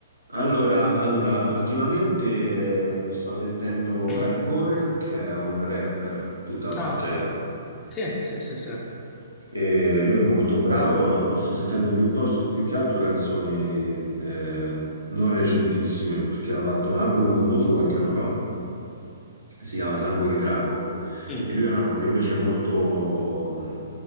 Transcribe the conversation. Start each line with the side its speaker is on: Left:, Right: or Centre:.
Right: Allora, allora, ultimamente eh, mi sto sentendo
Left: <clears throat>
Right: Rancore, che è un rapper, tutt'altro
Left: Ah,
Right: genere.
Left: sì, sì, sì, sì.
Right: E lui è molto bravo, sto sentendo piuttosto, più che altro canzoni eh, non recentissime, perché ha fatto un album famoso qualche anno fa, si chiama Sangue di Drago,
Left: Mm.
Right: E lui ha una voce invece molto, mh,